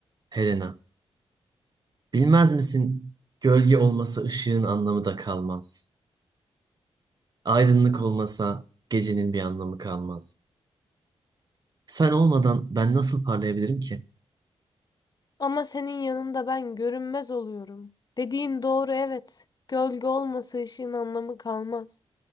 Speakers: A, on the right; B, on the left.
A: Helena. Bilmez misin? Gölge olmasa ışığın anlamı da kalmaz. Aydınlık olmasa gecenin bir anlamı kalmaz. Sen olmadan ben nasıl parlayabilirim ki?
B: Ama senin yanında ben görünmez oluyorum. Dediğin doğru evet. Gölge olmasa ışığın anlamı kalmaz.